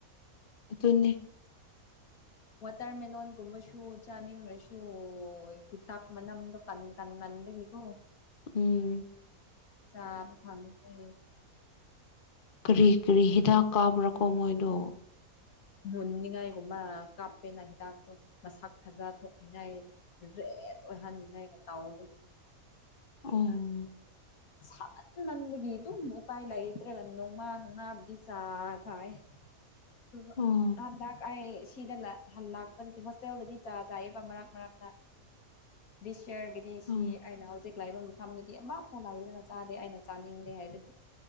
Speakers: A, on the left (about 40°); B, on the left (about 75°).
A: ꯑꯗꯨꯅꯤ
B: ꯋꯥꯇꯔꯃꯦꯂꯣꯟꯒꯨꯝꯕꯁꯨ ꯆꯥꯅꯤꯡꯂꯁꯨ ꯍꯤꯇꯥꯛ ꯃꯅꯝꯗꯣ ꯇꯟ ꯇꯟ ꯃꯟꯕꯒꯤꯀꯣ
A: ꯎꯝ
B: ꯆꯥꯕ ꯈꯪꯑꯑꯦ
A: ꯀꯔꯤ ꯀꯔꯤ ꯍꯤꯗꯥꯛ ꯀꯥꯞꯄ꯭ꯔꯥꯀꯣ ꯃꯣꯏꯗꯣ
B: ꯃꯨꯟꯅꯤꯡꯉꯥꯏꯒꯨꯝꯕ ꯀꯥꯞꯄꯦꯅ ꯍꯤꯗꯥꯛꯇꯣ ꯃꯁꯛ ꯐꯖ ꯊꯣꯛꯅꯤꯡꯉꯥꯏ ꯔꯦꯠ ꯑꯣꯏꯍꯟꯅꯤꯡꯉꯩꯒ ꯇꯥꯎꯗ
A: ꯎꯝ
B: ꯁꯍꯟ ꯃꯟꯕꯒꯤ ꯑꯗꯨꯝ ꯎꯄꯥꯏ ꯂꯩꯇ꯭ꯔꯦꯒ ꯅꯣꯡꯃꯥ ꯅꯣꯡꯃꯥꯕꯨꯗꯤ ꯆꯥ ꯆꯥꯏ
A: <unintelligible>
B: ꯇ
A: ꯑꯣ
B: ꯑꯥꯟꯗ ꯀꯥꯏ ꯁꯤꯗ ꯂꯥꯛꯄꯗꯗꯤ ꯍꯣꯁꯇꯦꯜꯗꯗꯤ ꯆꯥ ꯆꯥꯑꯕ ꯃꯔꯛ ꯃꯔꯛꯛꯇ ꯗꯤꯁ ꯌꯔꯒꯤ
A: ꯑꯣ
B: ꯁꯤ ꯑꯩꯅ ꯍꯧꯖꯤꯛ ꯂꯥꯛꯏꯕ ꯃꯐꯝꯗꯗꯤ ꯑꯃ ꯐꯥꯎ ꯂꯖꯥ ꯑꯩꯅ ꯆꯥꯅꯤꯡꯗꯦ ꯍꯥꯏꯕꯒꯤ